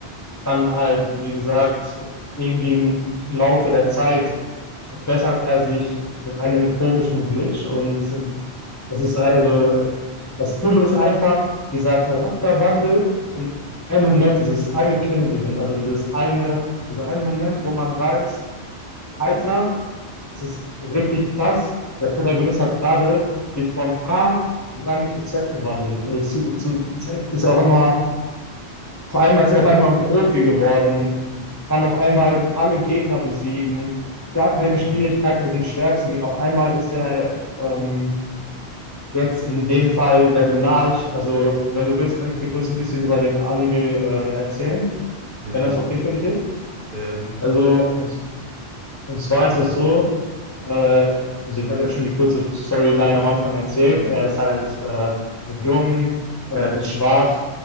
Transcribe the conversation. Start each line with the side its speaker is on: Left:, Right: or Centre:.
Left: dann halt, wie gesagt, irgendwie im Laufe der Zeit bessert er sich mit einem komischen Glitch und das ist also, das Coole ist einfach dieser Charakterwandel in einem Moment, dieses eine Canon-Event, also dieses eine, dieser eine Moment, wo man weiß, Alter, das ist richtig krass, der Protagonist hat gerade sich von A auf einmal zu Z verwandelt. Also zu, zu Z ist ja auch immer auf einmal ist er auf einmal ein Profi geworden, kann auf einmal alle Gegner besiegen, Es gab keine
Right: Hm.
Left: Schwierigkeit mit den stärksten Gegnern. Auf einmal ist er ähm, jetzt in dem Fall der Monarch. Also, wenn du willst, kann ich dir kurz ein bisschen über den Anime äh, erzählen,
Right: Ja.
Left: wenn das okay für dich ist.
Right: Ja.
Left: Also, und, und zwar ist das so, äh, also ich habe ja schon die kurze Storyline am Anfang erzählt.
Right: Hm.
Left: Er ist halt äh, noch jung, äh, ist schwach,